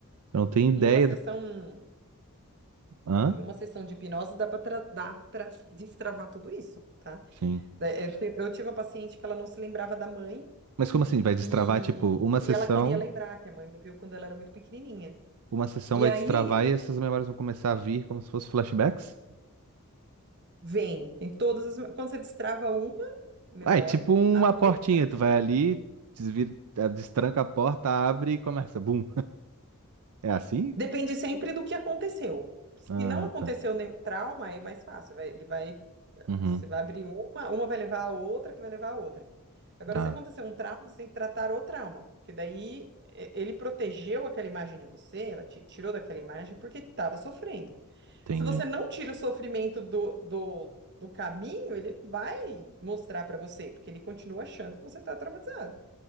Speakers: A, on the right; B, on the right.
A: Eu não tenho ideia
B: em uma sessão,
A: do. Hã?
B: em uma sessão de hipnose dá para dá para destravar tudo isso, tá?
A: Sim.
B: Da- Eu, te- eu tive uma paciente que ela não se lembrava da mãe
A: Mas como assim? Vai destravar,
B: e,
A: tipo, uma
B: e
A: sessão,
B: ela queria lembrar que a mãe morreu quando ela era muito pequenininha.
A: uma sessão
B: E
A: vai
B: aí
A: destravar e essas memórias vão começar a vir como se fossem flashbacks?
B: Vem em todas as. Quando você destrava uma memória,
A: Ah, é tipo uma
B: as
A: portinha.
B: outras.
A: Tu vai ali, desvira, eh, destranca a porta, abre e começa. Bum. É assim?
B: Depende sempre do que aconteceu. Se
A: Ah,
B: não aconteceu
A: tá.
B: nenhum trauma, é mais fácil. vai- ele vai. eh,
A: Uhum,
B: Você vai abrir uma, uma vai levar a outra, que vai levar a outra. Agora,
A: tá.
B: se acontecer um trauma, você tem que tratar o trauma. Porque daí é, ele protegeu aquela imagem de você, ela te tirou daquela imagem porque estava sofrendo.
A: Entendi.
B: Se você não tira o sofrimento do, do, do caminho, ele não vai mostrar para você, porque ele continua achando que você está traumatizado.